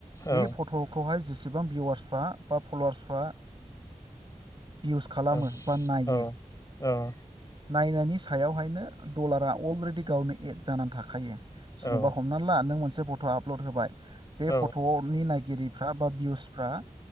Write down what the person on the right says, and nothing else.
बे
फट'। खौहाय जेसेबां भिवार्सफ्रा बा फलवार्सफ्रा। भिउस खालामो
बा नायो नायनायनि सायावहायनो डलारा अलरेडि गावनो एड जानानै थाखायो। सोरन'बा
हमनानै ला नों मोनसे फट' आपल'ड होबाय। बे
फट'नि नाय गगिरिब। फ्रा बा भिउसफ्रा